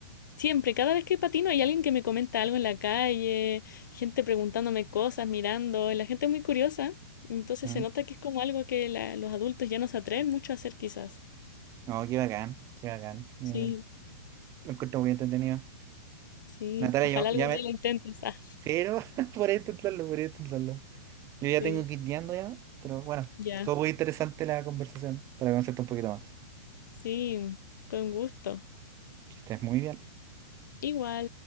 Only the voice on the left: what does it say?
siempre, cada vez que patino hay alguien que me comenta algo en la calle, gente preguntándome cosas, mirando, y la gente es muy curiosa, entonces
se nota que es como algo que la- los adultos ya no se atreven mucho a hacer quizás.
Sí.
Sí,
ojalá
algún
día lo intentes. Ah,
sí,
ya.
Sí, fue un gusto.
Igual.